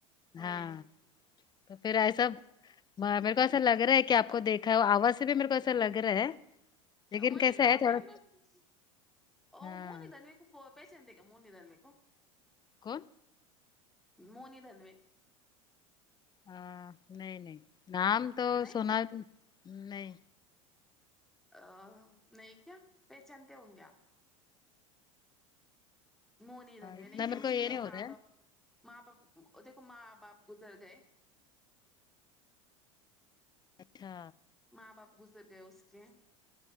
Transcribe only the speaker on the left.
ہاں
تو پھر ایسا میرے کو ایسا لگ رہا ہے کے آپ کو دیکھا ہے اور آواز سے بھی میرے کو ایسا لگ رہا ہے لیکن
کیسا
ہے تھوڑا
ہاں
کون
ہاں نہیں نہیں نام تو
سنا نہیں
اتنا
میرے کو
یہ
نہیں ہو
رہا ہے
اچھا